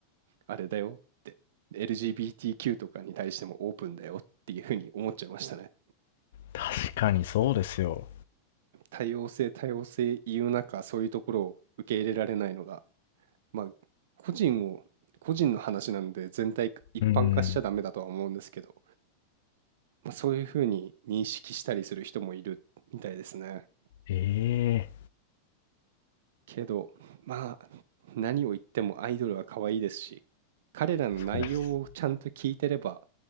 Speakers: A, on the right (about 55°); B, on the left (about 55°).
A: あれだよって、LGBTQ とかに対してもオープンだよっていうふうに思っちゃいましたね。
B: 確かにそうですよ。
A: 多様性、多様性言う中、そういうところを受け入れられないのがまあ、個人を、個人の話なので全体一般化しちゃダメだとは思うんですけど、
B: うーん。
A: まあ、そういうふうに認識したりする人もいるみたいですね。
B: ええ
A: けど、まあ、何を言ってもアイドルは可愛いですし、彼らの内容をちゃんと聞いてれば、
B: そうです。